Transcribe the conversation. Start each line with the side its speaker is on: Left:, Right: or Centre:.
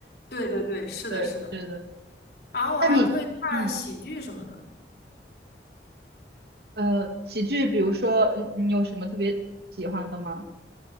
Left: 对对对，是的，
Right: 对，
Left: 是的。
Right: 是的。
Left: 然后我还可以看喜剧什么的。
Right: 那你，嗯呃，喜剧，比如说嗯你有什么特别喜欢的吗？